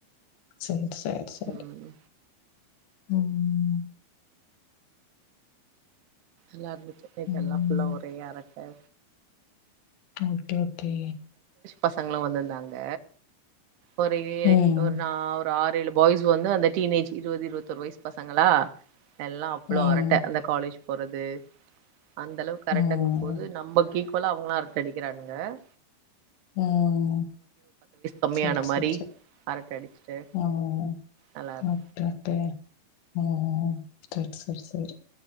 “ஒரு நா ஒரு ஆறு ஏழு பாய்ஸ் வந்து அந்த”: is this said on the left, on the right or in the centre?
Right